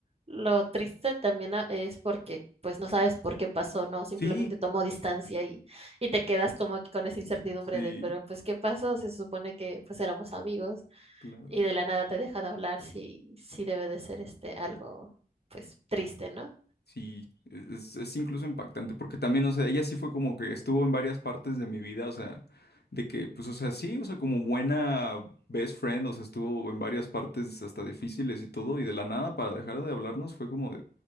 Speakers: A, on the right (about 35°); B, on the left (about 80°).
A: lo triste también a- es porque pues no sabes por qué pasó, ¿no? Simplemente
B: sí,
A: tomó distancia y, y te quedas como que con esa incertidumbre
B: sí,
A: de, pero pues ¿qué pasó? Se supone que pues éramos amigos
B: claro.
A: y de la nada te deja de hablar, sí, sí debe de ser este algo pues triste, ¿no?
B: Sí, es, es incluso impactante, porque también, o sea, ella sí fue como que estuvo en varias partes de mi vida, o sea, de que, pues, o sea, sí, o sea, como buena best friend, o sea, estuvo en varias partes hasta difíciles y todo, y de la nada, para dejar de hablarnos, fue como de,